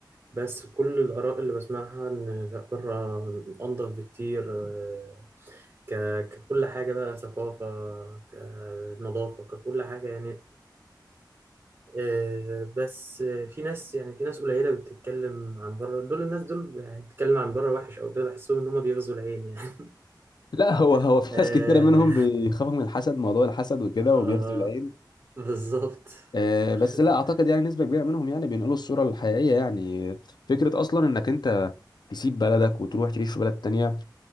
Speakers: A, on the right; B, on the left.
A: بس كل الآراء اللي بسمعها إن لأ بره أنضف بكتير آه، ك... ككل حاجة بقى ثقافة كنظافة ككل حاجة يعني آه، بس آه، في ناس يعني في ناس قليلة بتتكلم عن بره دول الناس دول يعني بتتكلم عن بره وحش أو كده بحسهم إن هما بيغزوا العين يعني
B: لا هو هو
A: <laughs>
B: في
A: آه
B: ناس كتيرة منهم بيخافوا من الحسد موضوع الحسد وكده
A: آه
B: وبيغزوا العين
A: بالظبط
B: آه،
A: <laughs>
B: بس لا اعتقد يعني نسبة كبيرة منهم يعني بينقلوا الصورة الحقيقية يعني فكرة اصلا انك انت تسيب بلدك وتروح تعيش في بلد تانية